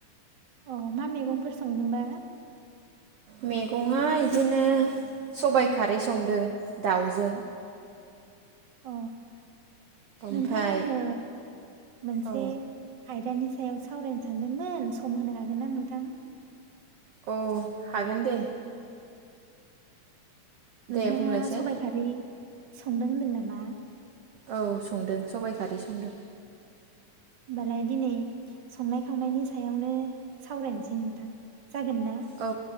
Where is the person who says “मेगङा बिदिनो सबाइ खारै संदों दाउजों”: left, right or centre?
Right